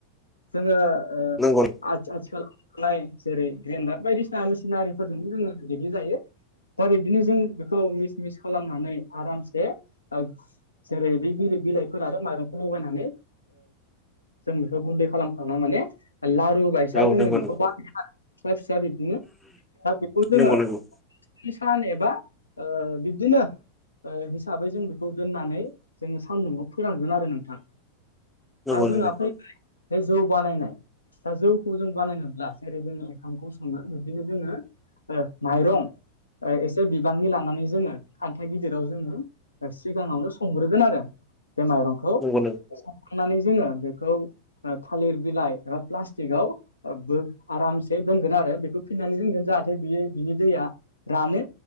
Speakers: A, on the left; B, in the centre.
A: जोंङो ओ
B: नंगौ औ
A: आ आथिखालाव थानायनाय जेरै ग्रेन्डार बायदिसिना मेसिनारिफोरजोंनो जोङो दिगलि जायो दा बिब्दिनो जों बेखौ मिस मिस खालामनानै आरामसे ओ जेरै बे बि बिलाइफोर आरो माइरंखौ लगायनानै जों गुन्दै खालामखांना माने लारू बायसा
B: नंगौ
A: जोङो
B: नंगौ
A: बेखौ फिसा फिसा बिब्दिनो दा बेखौ जोङो
B: नंगौ नंगौ
A: किसान एबा ओ बिब्दिनो हिसाबै जों बेखौ दोननानै जोङो सानदुआव फोरानगोन आरो नोंथां
B: नंगौ
A: दा
B: नंगौ
A: जोंहा फै बे जौ बानायनाय दा जौखौ जों बानायोबब्ला जेरै जोङो ओंखामखौ सङो बिदिनो जोङो माइरं एसे बिबांनि लानानै जोङो खान्थाइ गिदिराव जोङो सिगाङावनो संग्रोगोन आरो बे माइरंखौ
B: नंगौ
A: संखांनानै जोङो बेखौ थालिर बिलाइ एबा प्लास्टिकआव बो आरामसे दोनगोन आरो बेखौ फिननानै दोनगोन जाहाथे बियो बिनि दैया रानो।